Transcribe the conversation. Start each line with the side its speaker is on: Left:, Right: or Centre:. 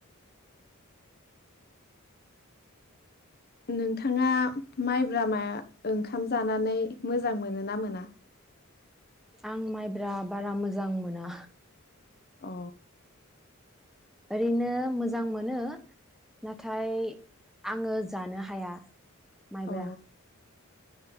Left: नोंथाङा माइब्रामा ओंखाम जानानै मोजां मोनो ना मोना?
Centre: आं माइब्रा बारा मोजां मोना।
Left: अ।
Centre: ओरैनो मोजां मोनो नाथाय आङो जानो हाया। माइब्रा
Left: अ